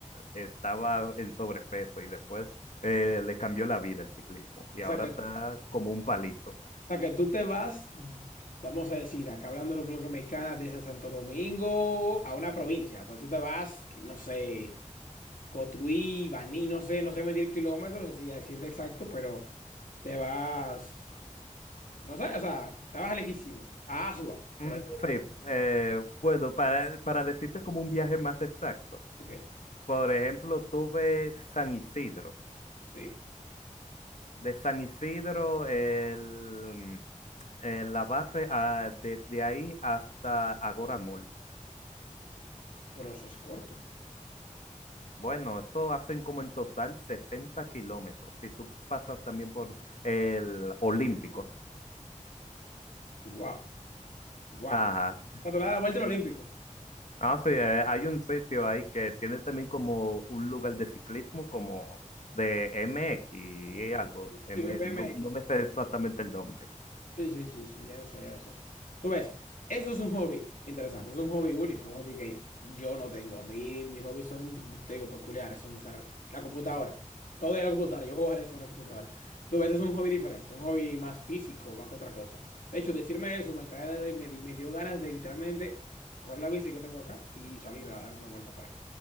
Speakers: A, on the left; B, on the left.
A: estaba en sobrepeso y después eh, le cambió la vida el ciclismo y
B: O
A: ahora
B: sea, que
A: está como un palito.
B: O sea, que tú te vas, vamos a decir, acá hablando de República Dominicana, desde Santo Domingo a una provincia. Entonces tú te vas, que no sé, Cotuí, Baní, no sé, no sé medir kilómetros, así a decirte exacto, pero te vas, no sé, o sea, te vas lejísimo, a Asua, por
A: Mm,
B: así decirlo.
A: sí, eh, bueno, para, para decirte como un viaje más exacto,
B: Ok,
A: por ejemplo, tuve San Isidro.
B: sí,
A: De San Isidro, el, mm, eh, la base, ah, desde ahí hasta Agora Mall.
B: pero eso es corto.
A: Bueno, eso hacen como en total 60 kilómetros. Si tú pasas también por el Olímpico.
B: Guau, guau.
A: Ajá.
B: O sea, tú le das la vuelta al Olímpico.
A: Ah, sí, eh, hay un sitio ahí que tiene también como un lugar de ciclismo, como de MX y
B: Ujú.
A: algo. M,
B: Sí, BMX,
A: no, no
B: sí.
A: me sé exactamente el nombre.
B: Sí, sí, sí, sí, ya lo sé, ya lo sé. Tú ves, eso es un hobby interesante, es un hobby único, un hobby que yo no tengo. A mí mis hobbies son, te digo, peculiares, son usar la computadora. Todo es la computadora, yo juego ajedrez en la computadora. Tú ves, es un hobby diferente, un hobby más físico, más que otra cosa. De hecho, decirme eso me, cae- de- me, di- me dio ganas de literalmente coger la bici que tengo acá y salir a dar una vuelta por ahí.